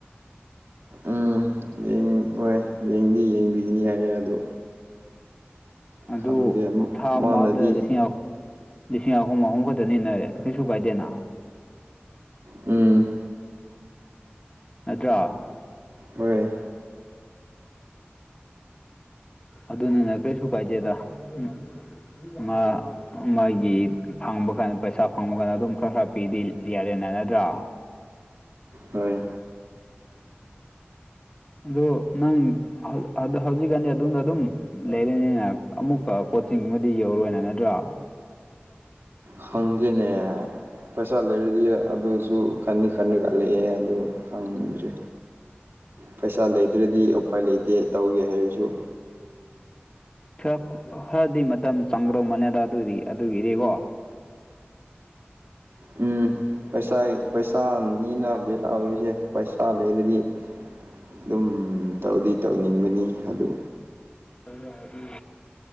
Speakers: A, on the right; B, on the left.
A: ꯎꯝ ꯍꯣꯏ ꯌꯦꯡꯗꯤ ꯌꯦꯡꯕꯤꯒꯅꯤ ꯍꯥꯏꯌꯦ ꯑꯗꯨ
B: ꯑꯗꯨ
A: ꯈꯪꯗꯦ
B: ꯊꯥ
A: ꯃꯥꯅꯗꯤ
B: ꯑꯃꯗ ꯂꯤꯁꯤꯡ ꯑꯍꯨꯝ ꯂꯤꯁꯤꯡ ꯑꯍꯨꯝ ꯑꯍꯨꯝ ꯈꯛꯇꯅꯤꯅ ꯀꯩꯁꯨ ꯀꯥꯏꯗꯦꯅ
A: ꯎꯝ
B: ꯅꯠꯇ꯭ꯔꯥ
A: ꯍꯣꯏ
B: ꯑꯗꯨꯅꯤꯅ ꯀꯔꯤꯁꯨ ꯀꯥꯏꯗꯦꯗ ꯎ ꯃꯥ ꯃꯥꯒꯤ ꯐꯪꯕ ꯀꯥꯟ ꯄꯩꯁꯥ ꯐꯪꯕ ꯀꯥꯟꯗ ꯑꯗꯨꯝ ꯈꯔ ꯈꯔ ꯄꯤꯗꯤ ꯂꯤꯌꯥꯔꯦꯟꯅ ꯅꯗ꯭ꯔꯣ
A: ꯍꯣꯏ
B: ꯑꯗꯣ ꯅꯪ ꯍꯧꯖꯤꯛꯀꯥꯟꯗꯤ ꯑꯗꯣꯝꯗ ꯑꯗꯨꯝ ꯂꯩꯔꯦꯅꯤꯅ ꯑꯃꯨꯛꯀ ꯀꯣꯆꯤꯡꯒꯨꯝꯕꯗꯤ ꯌꯧꯔꯔꯣꯏꯅ ꯅꯠꯇ꯭ꯔꯣ <inaudible>
A: ꯈꯪꯗꯦꯅꯦ ꯄꯩꯁꯥ ꯂꯩꯔꯗꯤ ꯑꯗꯨꯁꯨ ꯈꯟꯗꯤ ꯈꯟꯅꯒꯥ ꯂꯩꯌꯦ ꯑꯗꯨ ꯈꯪꯗ꯭ꯔꯤ ꯄꯩꯁꯥ ꯂꯩꯇꯔꯥꯗꯤ ꯎꯄꯥꯏ ꯂꯩꯇꯦ ꯇꯧꯒꯦ ꯍꯥꯏꯕꯁꯨ
B: ꯈꯔ ꯈꯔꯗꯤ ꯃꯇꯝ ꯆꯥꯡꯒ꯭ꯔꯝ ꯃꯅꯦꯗ ꯑꯗꯨꯗꯤ ꯑꯗꯨꯒꯤꯗꯤꯀꯣ
A: ꯎꯝ ꯄꯩꯁꯥ ꯄꯩꯁꯥꯅꯤꯅ ꯕꯦꯔꯥ ꯑꯣꯏꯔꯤꯁꯦ ꯄꯩꯁꯥ ꯂꯩꯔꯗꯤ ꯑꯗꯨꯝ ꯇꯧꯗꯤ ꯇꯧꯅꯤꯡꯕꯅꯤ ꯑꯗꯨ
B: <unintelligible>